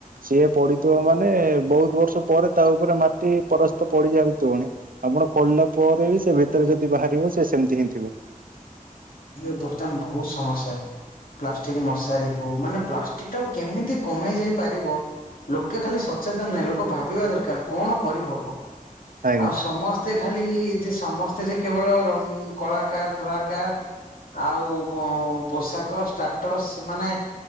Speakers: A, on the right; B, on the left.
A: ସିଏ ପଡିଥିବ ମାନେ ବହୁତ ବର୍ଷ ପରେ ତା ଉପରେ ମାଟି ପରସ୍ତ ପଡି ସାରିଥିବଣି। ଆପଣ କରଲା ପରେ ବି ସେ ଭିତରେ ଯଦି ବାହାରିବ ସେ ସେମିତି ହିଁ ଥିବ।
B: ଇଏ ବର୍ତ୍ତମାନ ବହୁତ ସମସ୍ୟା। ପ୍ଲାଷ୍ଟିକ ମଶାରି ହଉ ମାନେ ପ୍ଲାଷ୍ଟିକ ଟାକୁ କେମିତି କମେଇ ଯାଇ ପାରିବ ଲୋକେ ଖାଲି ସଚେତନ ନାଇଁ ଲୋକ ଭାବିବା ଦରକାର କଣ କରିହବ।
A: ଆଜ୍ଞା
B: ଆଉ ସମସ୍ତେ ଖାଲି ସମସ୍ତେ ଯେ କେବଳ ରଙ୍ଗ କଳାକାର ଧଳାକାର ଆଉ ପୋଷାକ ଷ୍ଟାଟସ୍ ମାନେ